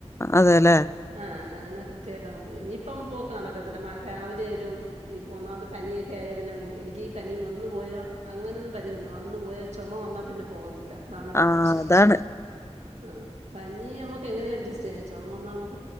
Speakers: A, on the left; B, on the right.
A: അതെല്ലേ
B: ആഹ് അങ്ങനെ കൃത്യമായിട്ടങ്ങ് പോയി ഇനിയിപ്പം പോക്ക് നടക്കത്തില്ല മ രാവിലെ വരും ഇപ്പോ ഒന്നാമത് പനിയൊ ഒക്കെ ആയ പിന്നെ ഭയ എനിക്ക് ഈ പനി വന്നു പോയ അങ്ങനെയൊന്നും പനി വന്നു വന്നു പോയ ചുമ വന്നാ പിന്നെ പോകത്തില്ല അതാണ്ൻ്റെ
A: ആ
B: പ്രശ്നം
A: അതാണ്
B: ആഹ് പനി നമുക്ക് എങ്ങനെയും അഡ്ജസ്റ്റ് ചെയ്യാം ചുമ വന്ന നമുക്ക്